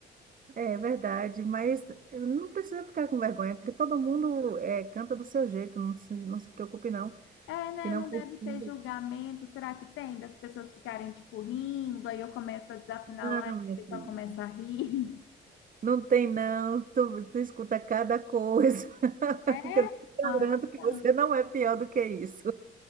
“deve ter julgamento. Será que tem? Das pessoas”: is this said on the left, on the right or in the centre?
Left